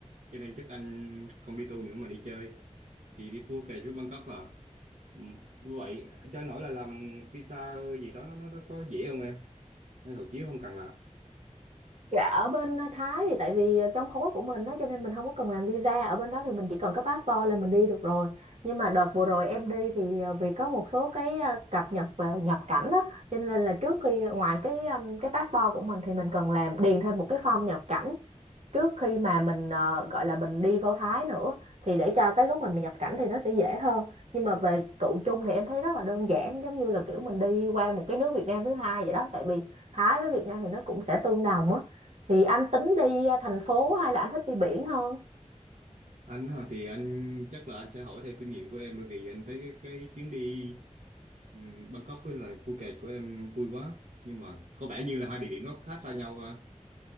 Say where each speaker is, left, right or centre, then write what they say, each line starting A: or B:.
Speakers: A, on the right; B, on the right.
A: cho nên chắc anh không đi tu nữa mà đi chơi thì đi Phuket kẹt với Bangkok là Ừ, vậy cho nổi là làm visa gì đó nó nó nó có dễ không em hay hộ chiếu không cần làm
B: Dạ ở bên ờ, Thái thì tại vì ờ, trong khối của mình đó cho nên mình không có cần làm visa ở bên đó thì mình chỉ cần có passport là mình đi được rồi nhưng mà đợt vừa rồi em đi thì ờ, vì có một số cái ờ, cập nhật về nhập cảnh đó cho nên là trước khi ờ, ngoài cái ừm, cái passport của mình thì mình cần làm điền thêm một cái form nhập cảnh trước khi mà mình ờ, gọi là mình đi vào Thái nữa thì để cho cái lúc mà mình nhập cảnh thì nó sẽ dễ hơn nhưng mà về tụ chung thì em thấy rất là đơn giản giống như là kiểu mình đi qua một cái nước Việt Nam thứ hai vậy đó tại vì Thái với Việt Nam thì nó cũng sẽ tương đồng á thì anh tính đi ờ, thành phố hay là anh thích đi biển hơn
A: anh hả, thì anh chắc là anh sẽ hỏi theo kinh nghiệm của em bởi vì anh thấy cái, cái chuyến đi ừm, Bangkok với lại Phuket kẹt của em vui quá nhưng mà có vẻ như là hai địa điểm nó khá xa nhau ha.